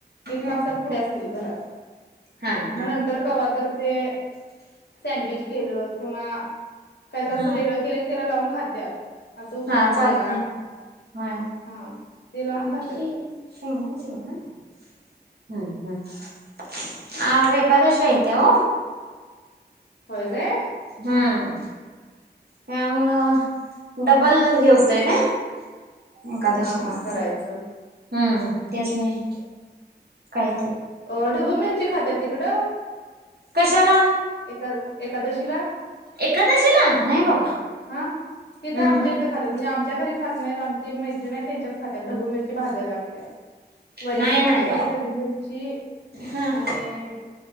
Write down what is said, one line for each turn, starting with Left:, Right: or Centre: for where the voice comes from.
Left: एक
Right: हम्म
Left: पास सात पुढे असतील घरात
Right: हा हा
Left: मग नंतर कवा तर ते सँडविच केलं किंवा काहीतर असं
Right: हा
Left: वेगळं केलं की त्याला लावून खात्यात. अस उत्तपा
Right: हा चालतय
Left: केला.
Right: की होय
Left: हा ते लावून
Right: आमची
Left: खात्यात
Right: शेंगदाण्याची गोळी ना ह हम्म हम् आज एकादशी आहे त्या हो
Left: होय काय हा
Right: हम्म
Left: हा
Right: त्यामुळं डबल हे होतंय नय एकादशीला
Left: हा हा करायचं
Right: हम्म त्यास नी काही
Left: अ ढबू मिरची खात्यात तिकडं
Right: कशाला
Left: एका एकादशीला
Right: एकादशीला नाही बाबा
Left: हा इथं
Right: हम्म
Left: आमच्या
Right: हम्म
Left: इथं खात्यात म्हणजे आम च्या घरी खात नाहीत आमची एक मैत्रीण हाय त्यांच्यात खात्याात ढबू मिरची भाजायला लागतीया. वरीची
Right: नाही
Left: भाकरी,
Right: नाही बा
Left: ढबू मिरची
Right: हा
Left: आणि